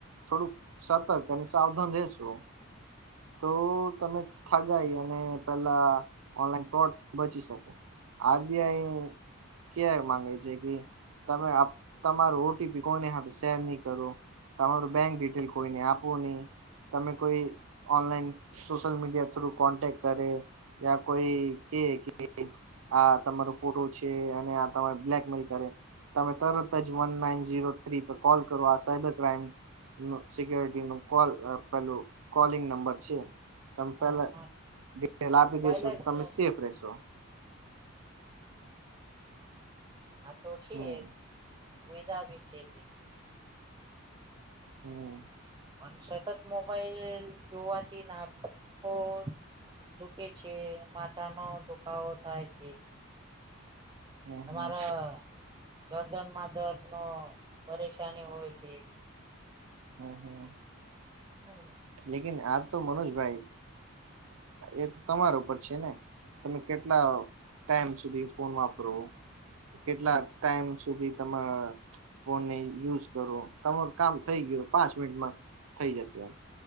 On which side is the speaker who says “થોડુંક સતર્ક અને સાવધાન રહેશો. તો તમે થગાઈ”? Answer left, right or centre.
Right